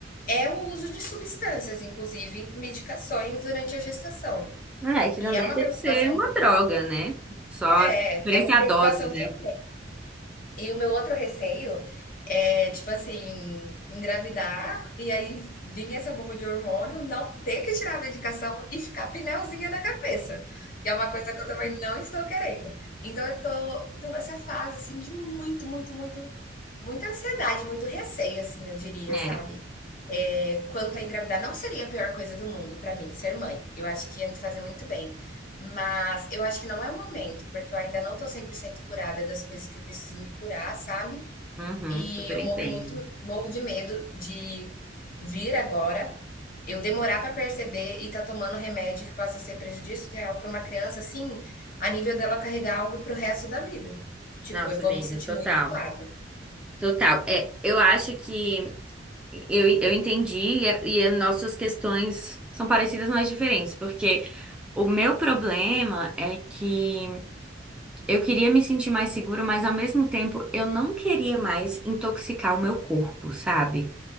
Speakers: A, on the left; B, in the centre.
A: é o uso de substâncias, inclusive medicações durante a gestação.
B: É que não
A: E
B: deixa
A: é uma preocupação
B: de ser uma droga, né? Só
A: é,
B: diferença
A: é uma
B: é
A: preocupação
B: a dose, né?
A: que eu E o meu outro receio é, tipo assim, engravidar e aí vir essa bomba de hormônio, não ter que tirar a medicação e ficar pneuzinha da cabeça, que é uma coisa que eu também não estou querendo. Então eu tô, tô nessa fase assim de muito, muito, muito Muita ansiedade, muito receio, assim, eu diria,
B: É.
A: sabe. Eh, quanto a engravidar, não seria a pior coisa do mundo para mim ser mãe, eu acho que ia me fazer muito bem, mas eu acho que não é o momento, porque eu ainda não tô 100% curada das coisas que eu preciso me curar, sabe.
B: Uhum,
A: E
B: super
A: eu
B: entendo.
A: morro muito morro de medo de vir agora, eu demorar para perceber e tá tomando remédio que possa ser prejudicial para uma criança, assim, a nível dela carregar algo para o resto da vida. Tipo,
B: Nossa,
A: eu vou
B: amiga,
A: me sentir
B: total.
A: muito culpada.
B: Total. É, eu acho que eu, eu entendi e, e as nossas questões são parecidas, mas diferentes, porque. O meu problema é que eu queria me sentir mais segura, mas ao mesmo tempo eu não queria mais intoxicar o meu corpo, sabe?